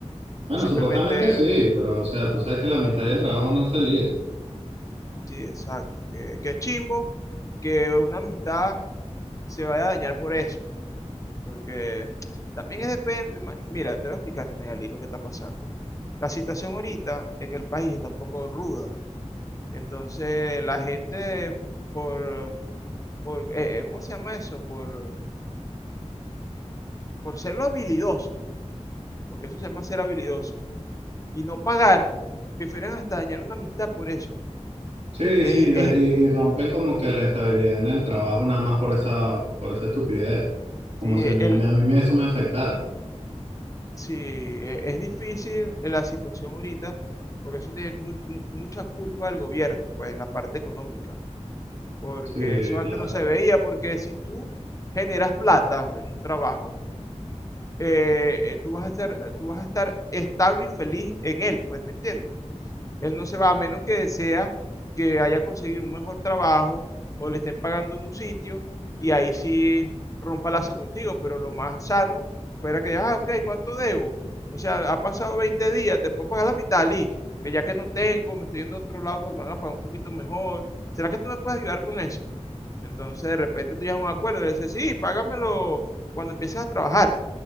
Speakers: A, on the right (about 65°); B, on the left (about 30°).
A: Bueno,
B: ¿O simplemente
A: supuestamente sí, pero o sea, tú sabes que la amistad y el trabajo no se ligan.
B: Sí, exacto. Qué, qué chimbo que una amistad se vaya a dañar por eso. Porque también es depende. ma- Mira, te voy a explicar también, Ali, lo que está pasando. La situación ahorita en el país está un poco ruda. Entonces, la gente, por, por eh, eh, ¿cómo se llama eso? Por, por ser lo habilidoso, porque eso se llama ser habilidoso, y no pagar, prefieren hasta dañar una amistad por eso.
A: Sí,
B: Es,
A: sí, y, de-
B: es-
A: y- y rompen como que la estabilidad en el trabajo nada más por esa, por esa estupidez, como
B: sí,
A: si a mí,
B: el,
A: a mí eso me afectara.
B: Sí, e- es difícil eh, la situación ahorita, porque eso tiene mu- mu- mucha culpa al gobierno, pues la parte económica, porque
A: Sí,
B: eso antes
A: claro.
B: no se veía, porque si tú generas plata en un trabajo eh, eh, tú vas a ser, eh, tú vas a estar estable y feliz en él, pues, ¿me entiendes? Él no se va a menos que desea que haya conseguido un mejor trabajo o le estén pagando en un sitio y ahí sí rompa lazo contigo, pero lo más sano fuera que, ah, ok, ¿cuánto debo? O sea, ha pasado 20 días, te puedo pagar la mitad, Lee, que ya que no tengo, me estoy yendo a otro lado, pues me van a pagar un poquito mejor. ¿Será que tú me puedes ayudar con eso? Entonces, de repente tú llegas a un acuerdo, le dices, sí, págamelo cuando empieces a trabajar.